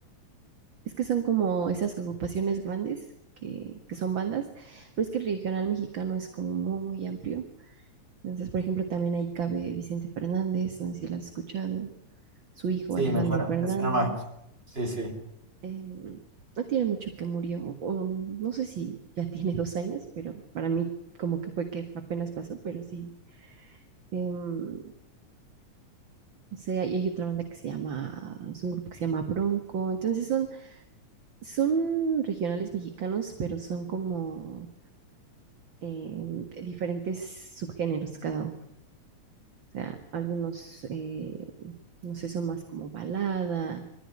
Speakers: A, on the right (about 45°); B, on the right (about 20°).
A: es que son como esas agrupaciones grandes que, que son bandas, pero es que el regional mexicano es como muy, muy amplio. Entonces, por ejemplo, también ahí cabe Vicente Fernández, no sé si lo has escuchado. su hijo
B: Sí,
A: Alejandro
B: me suena,
A: Fernández.
B: me suena más. Sí, sí.
A: eh, no tiene mucho que murió, o no sé si ya tiene dos años, pero para mí como que fue que apenas pasó, pero sí. em, no sé, hay, hay otra banda que se llama, es un grupo que se llama Bronco. Entonces son, son regionales mexicanos, pero son como em, de diferentes subgéneros cada uno. O sea, algunos, eh, no sé, son más como balada,